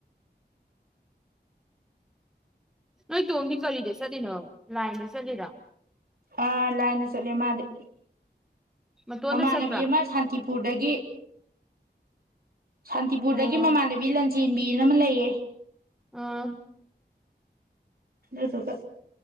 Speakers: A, in the centre; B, on the right.
A: ꯅꯣꯏ ꯇꯣꯝꯗꯤ ꯀꯔꯤꯗ ꯆꯠꯂꯤꯅꯣ ꯂꯥꯏꯟꯗ ꯆꯠꯂꯤꯔꯣ
B: ꯑ ꯂꯥꯏꯟ ꯆꯠꯂꯦ ꯃꯥꯗꯤ
A: ꯃꯇꯣꯟꯗ
B: ꯃꯃꯥꯟꯅꯕꯤ
A: ꯆꯠꯄ꯭ꯔꯥ
B: ꯑꯃ ꯁꯥꯟꯇꯤꯄꯨꯔꯗꯒꯤ ꯁꯥꯟꯇꯤꯄꯨꯔꯗꯒꯤ
A: ꯑꯣ
B: ꯃꯃꯥꯟꯅꯕꯤ ꯂꯟ ꯆꯦꯟꯕꯤꯅ ꯑꯃ ꯂꯩꯌꯦ
A: ꯑꯥ
B: ꯑꯗꯨꯒ